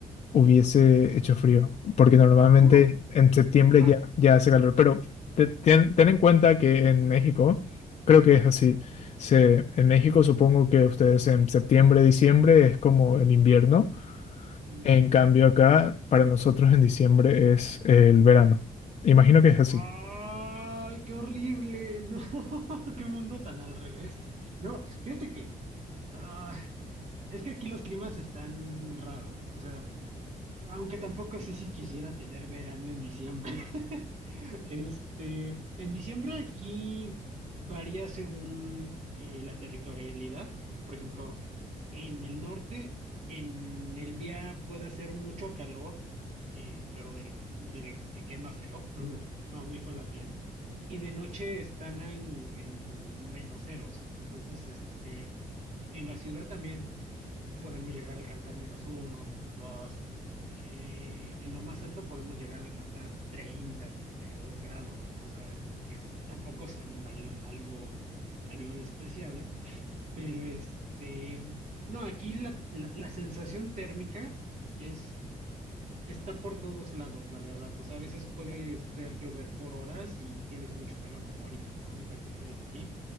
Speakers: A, on the left; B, on the right.
A: hubiese hecho frío, porque normalmente
B: ¿Cómo?
A: en septiembre
B: Ajá.
A: ya, ya hace calor, pero te- ten, ten en cuenta que en México, creo que es así, se, en México supongo que ustedes en septiembre, diciembre es como el invierno.
B: mm.
A: En cambio, acá para nosotros en diciembre es el verano. Imagino que es así.
B: Ay, qué horrible. No, <laughs> qué mundo tan al revés. No, fíjate que ah, es que aquí los climas están raros. O sea, Aunque tampoco sé si quisiera tener verano en diciembre. <laughs> Este, en diciembre aquí varía según eh, la territorialidad. Por ejemplo, en el norte, en el día puede hacer mucho calor, eh, pero del, del que quema feo, <laughs> del que quema muy feo la piel. Y de noche están en, en menos ceros. Entonces, este, en la ciudad también podemos llegar a alcanzar menos uno, menos dos. Eh, en lo más alto podemos llegar a alcanzar treinta treinta y dos grados, ¿no? O sea, que es- tampoco son al- algo, algo despreciable, pero este, no, aquí la, la- la sensación térmica es, está por todos lados, la verdad. O sea, a veces puedes ver llover por horas y tienes mucho calor como ahorita, ¿no? Ahorita que estoy aquí,